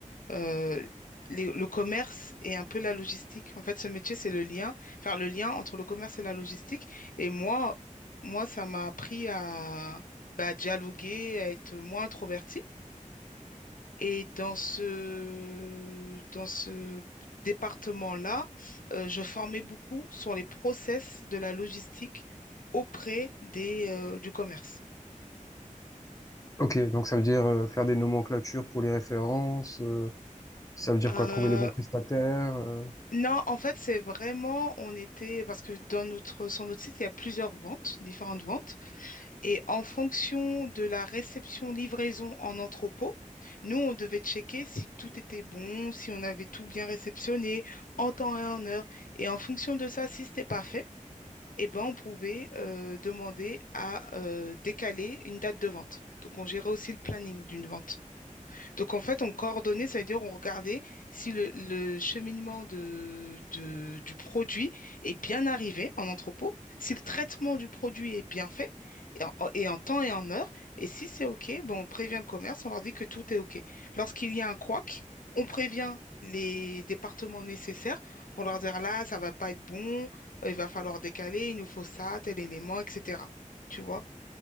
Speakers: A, on the left (about 80°); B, on the left (about 25°).
A: euh, les- le commerce et un peu la logistique. En fait, ce métier, c'est le lien, faire le lien entre le commerce et la logistique. Et moi, moi, ça m'a appris à bah, dialoguer, à être moins introvertie. Et dans ce, dans ce département-là, euh, je formais beaucoup sur les process de la logistique auprès des, euh, du commerce.
B: Ok, donc ça veut dire euh, faire des nomenclatures pour les références, euh, ça veut dire
A: Euh,
B: quoi, trouver les bons prestataires. euh,
A: non, en fait, c'est vraiment, on était, parce que dans notre, sur notre site, il y a plusieurs ventes, différentes ventes, et en fonction de la réception, livraison en entrepôt, nous, on devait checker si tout était bon, si on avait tout bien réceptionné, en temps et en heure, et en fonction de ça, si c'était pas fait. eh ben, on pouvait euh, demander à euh, décaler une date de vente. Donc, on gérait aussi le planning d'une vente. Donc en fait, on coordonnait, ça veut dire on regardait si le, le cheminement de, de- du produit est bien arrivé en entrepôt, si le traitement du produit est bien fait et en, et en temps et en heure. Et si c'est OK, ben on prévient le commerce, on leur dit que tout est OK. Lorsqu'il y a un couac, on prévient les départements nécessaires pour leur dire là, ça va pas être bon, euh, il va falloir décaler, il nous faut ça, tel élément, etc. Tu vois?